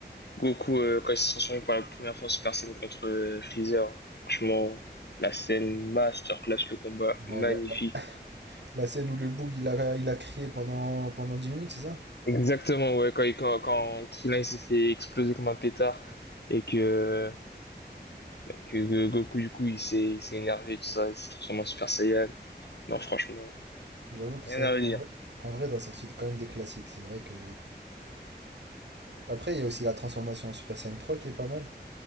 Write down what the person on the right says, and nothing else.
La, la- la- la scène où le boug il a il a crié pendant pendant 10 minutes, c'est ça?
J'avoue que
ça,
en vrai, en vrai, t'as sorti quand même des classiques. C'est vrai que. Après, il y a aussi la transformation en Super Saiyan 3 qui est pas mal.